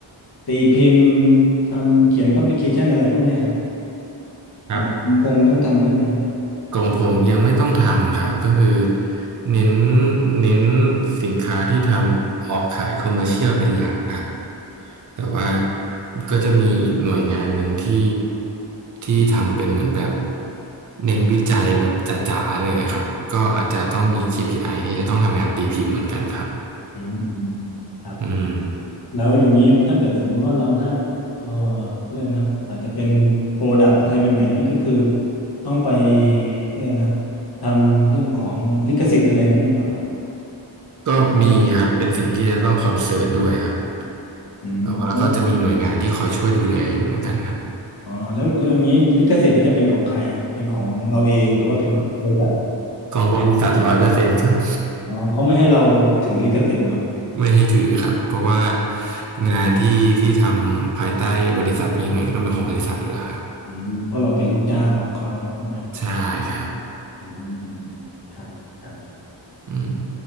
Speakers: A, on the left (about 55°); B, on the right (about 40°).
A: ตีพิมพ์ทำเขียนพับลิเคชันอะไรพวกเนี้ยครับ
B: ครับ
A: ของคุณพงษ์ต้องทำด้วยไหมครับ
B: ของผมยังไม่ต้องทำครับก็คือเน้นเน้นสินค้าที่ทำออกขายคอมเมอร์เชียลเป็นหลักครับแต่ว่าก็จะมีอีกหน่วยงานหนึ่งที่ที่ทำเป็นเหมือนแบบเน้นวิจัยแบบจ๋าๆเลยครับก็อาจจะต้องมี KPI ที่จะต้องทำงานตีพิมพ์เหมือนกันครับ
A: อืมอืมอืมครับ
B: อืม
A: แล้วอย่างนี้ถ้าเกิดสมมุติว่าเราได้เออเร่ยนะอาจจะเป็นโปรดัก์อะไรใหม่ๆนี่ก็คือต้องไปก็เลยกนะทำเรื่องของลิขสิทธิ์อะไรอย่างนี้ด้วยป่ะ
B: ก็มีครับเป็นสิ่งที่จะต้องคอนเซิร์นด้วยครับ
A: อืมแล้ว
B: แต่ว่าก็จะมีหน่วยงานที่คอยช่วยดูแลอยู่เหมือนกันครับ
A: อ๋อแล้วแล้วอย่างนี้ลิขสิทธิ์นี่จะเป็นของใครฮะเป็นของเราเองหรือว่าเป็นของบริษัท
B: ของบริษัทร้อยเปอร์เซ็นต์ครับ
A: อ๋อเขาไม่ให้เราถือลิขสิทธิ์เนาะ
B: ไม่ให้ถือครับเพราะว่างานที่ที่ทำภายใต้บริษัทนี้ยังไงก็ต้องเป็นของบริษัทอยู่แล้วครับ
A: อืมเพราะเราเป็นลูกจ้างของเขาใช่ไหม
B: ใช่ครับ
A: อืมอืมอืมครับครับ
B: อืม